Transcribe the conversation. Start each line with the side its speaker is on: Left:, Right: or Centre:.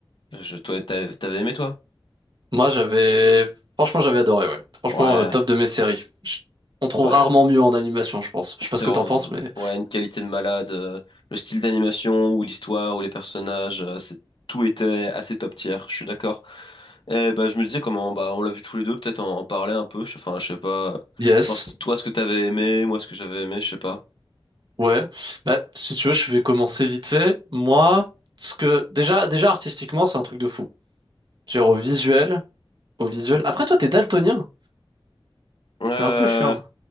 Left: Je, toi, t'avais t'avais aimé toi?
Right: Moi, j'avais... Franchement, j'avais adoré, ouais. Franchement,
Left: Ouais.
Right: euh, top de mes séries. Je- On trouve
Left: Ouais,
Right: rarement mieux en animation, je pense. Je
Left: C'était
Right: sais pas ce que
Left: vraiment,
Right: t'en penses, mais...
Left: ouais, une qualité de malade. euh, Le style d'animation ou l'histoire ou les personnages, euh, c'est, tout était assez top tier, je suis d'accord. Et bah, je me disais comment, bah, on l'a vu tous les deux, peut-être en, en parler un peu. je- Enfin, je sais pas.
Right: Yes.
Left: Genre, c'est toi, ce que t'avais aimé, moi, ce que j'avais aimé, je sais pas.
Right: Ouais. Bah, si tu veux, je vais commencer vite fait. Moi, ce que... Déjà, déjà artistiquement, c'est un truc de fou. Genre au visuel, au visuel... Après, toi, t'es daltonien.
Left: Euh,
Right: T'es un peu chiant.